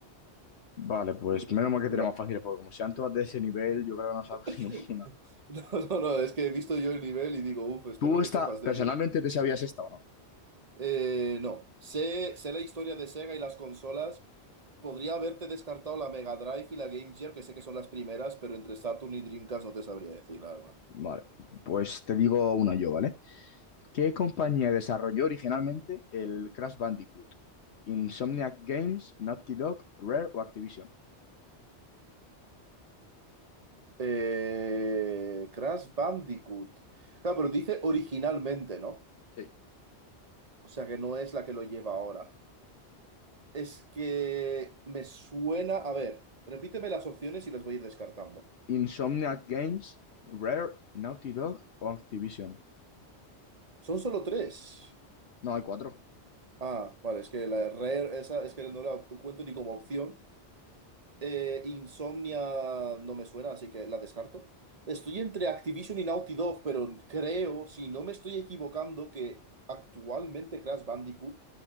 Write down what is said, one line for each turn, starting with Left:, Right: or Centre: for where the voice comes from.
Left: Vale, pues
Right: Dime,
Left: menos
Right: dime
Left: mal que
Right: tú
Left: tenemos
Right: la-
Left: fácil, porque como sean todas de ese nivel, yo creo que no saco
Right: <laughs>
Left: <laughs> ninguna.
Right: No, no, no, es que he visto yo el nivel y digo, uff, espero
Left: ¿Tú
Right: que
Left: esta,
Right: sepas de
Left: personalmente
Right: videojuegos.
Left: te sabías esta o no?
Right: Eh, no, sé, sé la historia de Sega y las consolas. Podría haberte descartado la Mega Drive y la Game Gear, que sé que son las primeras, pero entre Saturn y Dreamcast no te sabría decir, la verdad.
Left: Vale, pues te digo una yo, ¿vale? ¿Qué compañía desarrolló originalmente el Crash Bandicoot? Insomniac Games, Naughty Dog, Rare o Activision.
Right: Eh, Crash Bandicoot. Claro, pero dice originalmente, ¿no?
Left: Sí.
Right: O sea que no es la que lo lleva ahora. Es que me suena... A ver, repíteme las opciones y las voy a ir descartando.
Left: Insomniac Games, Rare, Naughty Dog o Activision.
Right: Son solo tres.
Left: No, hay cuatro.
Right: Ah, vale, es que la Rare, esa es que no la cuento ni como opción. Eh, Insomnia no me suena, así que la descarto. Estoy entre Activision y Naughty Dog, pero creo, si no me estoy equivocando, que actualmente Crash Bandicoot